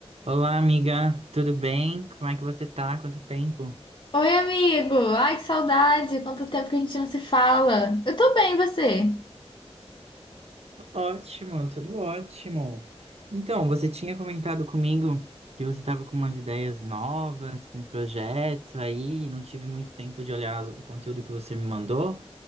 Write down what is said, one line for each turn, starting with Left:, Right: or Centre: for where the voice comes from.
Right: Olá, amiga, tudo bem? Como é que você tá? Quanto tempo?
Left: Oi, amigo! Ai, que saudade! Quanto tempo que a gente não se fala. Eu tô bem, e você?
Right: Tô Ótimo, tudo ótimo. Então, você tinha comentado comigo que você estava com umas ideias novas, com um projeto aí, e não tive muito tempo de olhar as- o conteúdo que você me mandou,